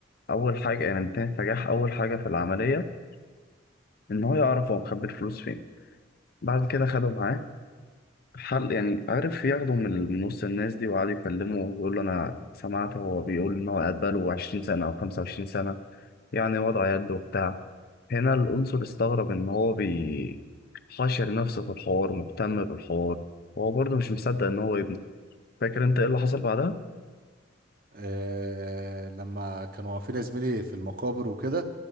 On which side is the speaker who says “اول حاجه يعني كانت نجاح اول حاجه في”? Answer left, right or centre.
Left